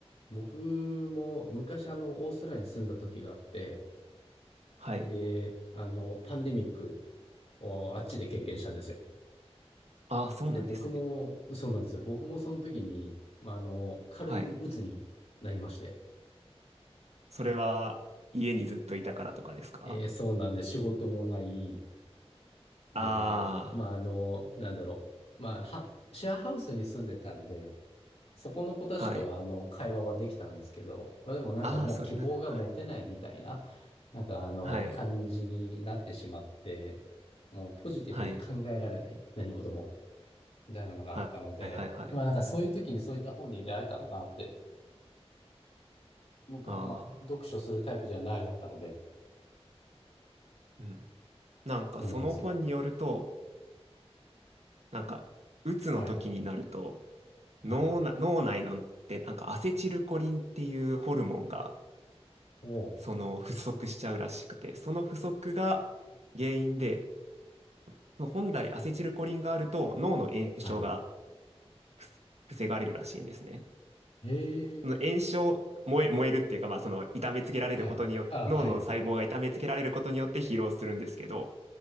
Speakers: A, on the left (about 70°); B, on the right (about 80°).
A: 僕も昔、あの、オーストラリアに住んだ時があって、
B: はい。
A: で、あの、パンデミックをあっちで経験したんですよ。
B: ああ、そうなんですね。
A: で、僕も、そうなんですよ。僕もその時に、まあ、あの、軽い鬱になりまして、
B: はい。それは、家にずっといたからとかですか
A: えーそうなんで、仕事もない、で、
B: あ
A: まあ、あの、なんだろう。まあ、は、シェアハウスに住んでたんで、そこの子たちとは、
B: あー、はい。
A: あの、会話はできたんですけど、でもなんかもう希望が持てないみたいな、
B: ああ、それなら、はい。
A: なんかあの、
B: はい。
A: 感じになってしまって、もうポジティブに考えられない、
B: はい。
A: 何事も、みたいなのがあったので、
B: はい。はい。はい。
A: まあ、なんかそういう時にそういった本に出会えたらなって、僕あんま読書するタイプじゃないだったので、
B: ああー、うん。なんかその本によると、
A: そうなんですよ。
B: なんか、鬱の時になると、
A: はい。
B: 脳な、
A: はい。
B: 脳内ので、なんかアセチルコリンっていうホルモンが、
A: おー
B: その不足しちゃうらしくて、その不足が原因で、本来アセチルコリンがあると脳の炎症が
A: はい。
B: 防防がれるらしいんですね。
A: へ
B: その炎症、
A: え。
B: 燃え、燃えるっていうか、まあその痛めつけられることによって、
A: はい。あ、
B: 脳の細胞が痛めつけられることによって疲労するんですけど、
A: はい。